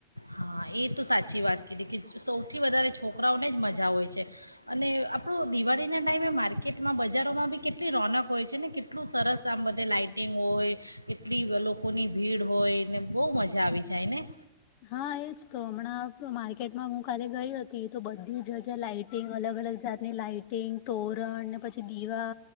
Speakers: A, on the right (about 85°); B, on the left (about 45°).
A: હા, એ તો સાચી વાત કીધી કે, સૌથી વધારે છોકરાઓને જ મજા હોય છે. અને આપણાં દિવાળીના ટાઈમે માર્કેટમાં, બજારોમાં પણ કેટલી રોનક હોય છે ને. એટલું સરસ, આમ બધે લાઇટિંગ હોય. એટલી લોકોની ભીડ હોય ને, બહુ મજા આવી જાય ને.
B: હા, એ જ તો, હમણાં માર્કેટમાં હું કાલે ગઈ હતી તો, બધી જગ્યાએ લાઇટ અલગ-અલગ જાતની લાઇટિંગ, તોરણ ને પછી દીવા.